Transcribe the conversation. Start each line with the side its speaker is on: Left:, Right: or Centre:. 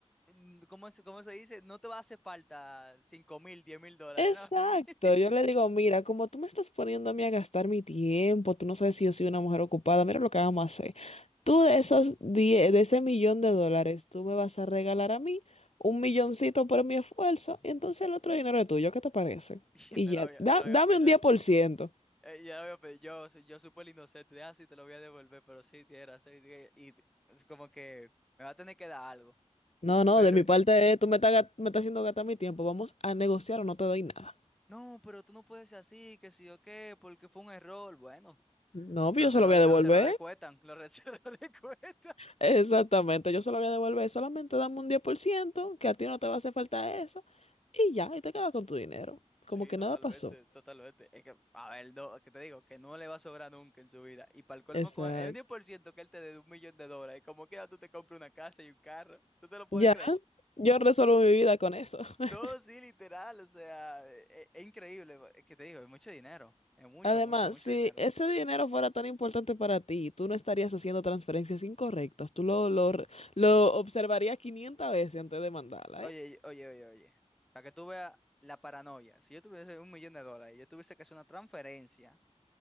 Centre: mm, ¿cómo, se- cómo se dice? No te va a hacer falta cinco mil, diez mil dólares,
Left: Exacto,
Centre: ¿no? <laughs>
Left: yo le digo, mira, como tú me estás poniendo a mí a gastar mi tiempo, tú no sabes si yo soy una mujer ocupada, mira lo que vamos a hacer. Tú de esos die- de ese millón de dólares, tú me vas a regalar a mí un milloncito por mi esfuerzo y entonces el otro dinero es tuyo, ¿qué te parece?
Centre: Y
Left: Y
Centre: No
Left: ya,
Centre: lo había,
Left: da-
Centre: no lo había
Left: dame
Centre: pensado.
Left: un 10%.
Centre: Eh, ya veo, pero yo, yo súper inocente, de, ah, sí, te lo voy a devolver, pero sí, tienes razón, y, que- y es como que me va a tener que dar algo,
Left: No, no,
Centre: pero,
Left: de mi
Centre: eh,
Left: parte, eh, tú me estás, gat- me estás haciendo gastar mi tiempo, vamos a negociar o no te doy nada.
Centre: no, pero tú no puedes ser así, que sí o qué, porque fue un error, bueno,
Left: No,
Centre: los
Left: pues yo se
Centre: errores,
Left: lo voy a devolver.
Centre: los errores cuestan, los <laughs> errores cuestan.
Left: Exactamente, yo se lo voy a devolver. Solamente dame un 10% que a ti no te va a hacer falta eso. Y ya, y te quedas con tu dinero.
Centre: Sí,
Left: Como que
Centre: totalmente,
Left: nada pasó.
Centre: totalmente, es que, a ver, no, que te digo, que no le va a sobrar nunca en su vida, y para el colmo,
Left: Exacto.
Centre: con- es un diez por ciento que él te dé un millón de dólares, y como quiera tú te compras una casa y un carro, ¿tú te lo puedes
Left: Ya,
Centre: creer?
Left: yo resuelvo mi vida con eso. <laughs>
Centre: No, sí, literal, o sea, e- e- es, increíble, es que te digo, es mucho dinero, es mucho,
Left: Además,
Centre: mucho, mucho
Left: si
Centre: dinero.
Left: ese dinero fuera tan importante para ti, tú no estarías haciendo transferencias incorrectas. Tú lo, lo, re- lo observarías 500 veces antes de mandarla,
Centre: Oye,
Left: ¿eh?
Centre: oye, oye, oye, para que tú veas la paranoia, si yo tuviese un millón de dólares, yo tuviese que hacer una transferencia,